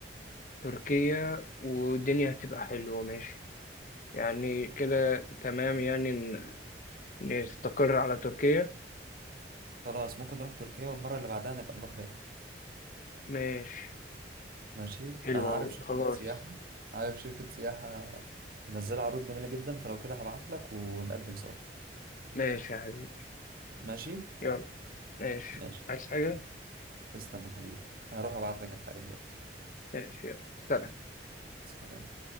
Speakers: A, on the left; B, on the right.
A: تركيا والدنيا هتبقى حلوة ماشي يعني كده تمام يعني ن- نستقر على تركيا
B: خلاص ممكن نروح تركيا والمرة اللي بعدها نبقى نروح بالي
A: ماشي
B: ماشي
A: حلوة
B: أنا عارف
A: أوي
B: شركة
A: خلاص
B: سياحة عارف شركة سياحة منزلة عروض جميلة جدا فلو كده هبعت لك ونقدم سوا
A: ماشي يا حبيبي
B: ماشي؟
A: يلا ماشي
B: ماشي
A: عايز حاجة؟
B: تسلم يا حبيبي هروح ابعت لك الحاجة دلوقتي
A: ماشي يلا سلام
B: سلام